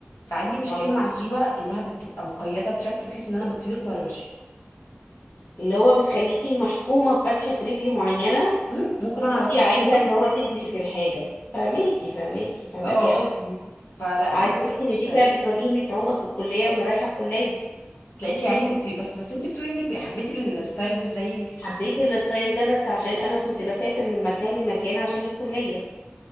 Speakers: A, on the left; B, on the left.
A: فعندي مشكله
B: اه
A: مع الجيبه انها بتبقى مقيده بشكل بحيث ان انا بطيق وانا ماشيه
B: اللي هو بتخليكي محكومة بفتحة رجل معينة
A: مم، ممكن اقع
B: وانتي
A: على وشي
B: عايزة
A: <laughs> والله
B: اللي هو تجري في الحاجة فهماكي فهماكي فهماكي
A: اه
B: قوي
A: فلا
B: عايزة
A: ما بحبش
B: اقول لك ان دي كانت بتواجهني صعوبة في الكلية وانا رايحة الكلية
A: تلاقيكي يعني كنت بس بس انت بتقولي انك حبيتي الستايل ده ازاي
B: حبيت
A: كنت
B: الستايل ده بس عشان انا كنت بسافر من مكان لمكان عشان الكلية